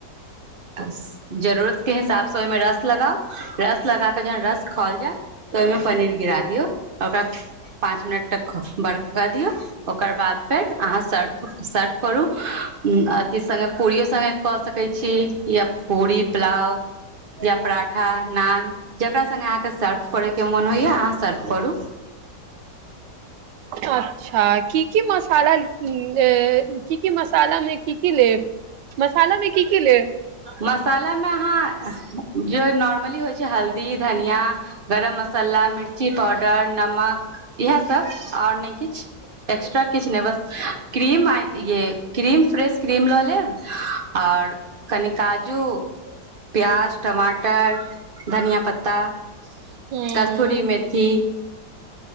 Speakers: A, on the right; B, on the right.
A: जरूरत के हिसाब से ओहिमे रस लगाउ रस लगाकऽ जहन रस खौल जायत ओहिमे पनीर गिरा दियौ ओकरा पाँच मिनट तक बर्क दियऔ ओकर बाद फेर अहाँ सर्व सर्व करू अथी सङ्गे पूरियो सङ्गेऽ क या पूरी पुलाव या पराठा नान जकरा सङ्गे आहाँके सर्व करैके मन होइय अहाँ सर्व करू
B: अच्छा की की मसाला ऐ ए की की मसालामे की की लेब मसाला मे की की लेब
A: मसालामे अहाँ जे नॉर्मली होइ छै हल्दी धनिया गरम मसाला मिर्ची पाउडर नमक इएह सब आओर नहि किछु एक्स्ट्रा किछु नहि बस क्रीम ये क्रीम फ्रेश क्रीम लऽ लेब आओर कनि काजू प्याज टमाटर धनिया पत्ता ता
B: ह
A: कस्तूरी मैथी